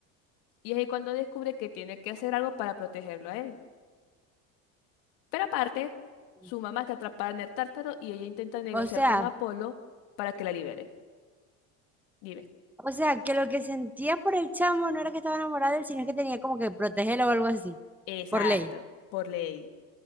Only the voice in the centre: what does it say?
<laughs>
o sea,
O sea, que lo que sentía por el chamo no era que estaba enamorada de él, sino que tenía como que protegerlo o algo así,
por ley.